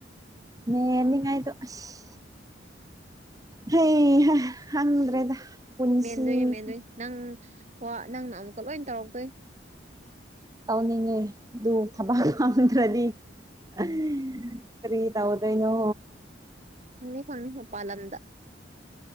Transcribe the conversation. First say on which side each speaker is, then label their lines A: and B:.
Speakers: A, on the right; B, on the right.
A: ꯃꯦꯟꯅꯤꯉꯥꯏꯗꯣ ꯑꯁ ꯍꯩꯍꯥ ꯈꯪꯗ꯭ꯔꯦꯗ ꯄꯨꯟꯁꯤꯁꯦ
B: ꯃꯦꯟꯗꯣꯏꯅꯦ ꯃꯦꯟꯗꯣꯏꯅꯦ ꯅꯪ ꯋꯥ ꯅꯪꯅ ꯑꯃꯨꯛꯀ ꯂꯣꯏ ꯇꯧꯔꯛꯇꯣꯏ
A: ꯇꯧꯅꯤꯡꯉꯦ ꯑꯗꯨ ꯊꯕꯛ ꯐꯪꯗ꯭ꯔꯗꯤ <unintelligible>
B: ꯎꯝ
A: ꯀ꯭ꯔꯤ ꯇꯧꯗꯨꯏꯅꯣ
B: ꯐꯪꯅꯤ ꯐꯪꯅꯤ ꯃꯄꯥꯜꯂꯝꯗ